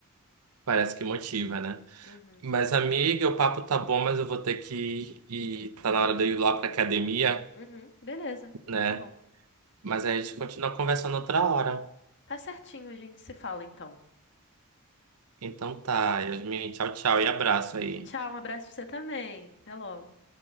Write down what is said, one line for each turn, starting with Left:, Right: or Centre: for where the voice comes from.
Right: Parece que motiva, né?
Left: Uhum.
Right: Mas, amiga, o papo tá bom, mas eu vou ter que ir. Tá na hora de eu ir lá pra academia,
Left: Uhum. Beleza.
Right: né?
Left: Tá bom.
Right: Mas aí a gente continua conversando outra hora.
Left: Tá certinho, a gente se fala então.
Right: Então tá, Yasmin, tchau, tchau e abraço aí.
Left: Tchau, um abraço pra você também. Até logo.